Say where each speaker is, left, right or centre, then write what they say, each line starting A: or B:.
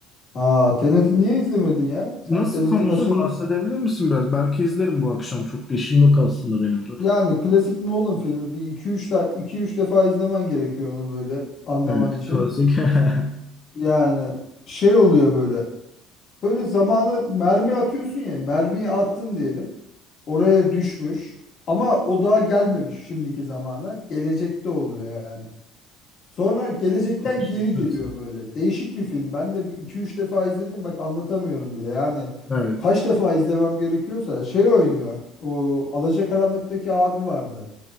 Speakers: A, on the left; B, on the left.
A: Aa Tenet'i niye izlemedin ya? Sen
B: Nasıl
A: Tenet'i
B: konusu
A: kaçırmışsın.
B: bahsedebilir misin biraz? Belki izlerim bu akşam. Çok bir işim yok aslında benim de.
A: Yani klasik Nolan filmi bir iki üç de iki üç defa izlemen gerekiyor onu böyle anlaman
B: Evet,
A: için.
B: klasik. <laughs>
A: Yani şey oluyor böyle. Böyle zamanı mermi atıyorsun ya. Mermiyi attın diyelim. Oraya düşmüş. Ama o daha gelmemiş şimdiki zamana. Gelecekte oluyor yani. Sonra gelecekten
B: Konuşuyorsun.
A: geri geliyor böyle. Değişik bir film. Ben de iki üç defa izledim. Bak anlatamıyorum bile. Yani
B: Evet.
A: kaç defa izlemem gerekiyorsa şey oynuyor. O Alacakaranlık'taki abi vardı.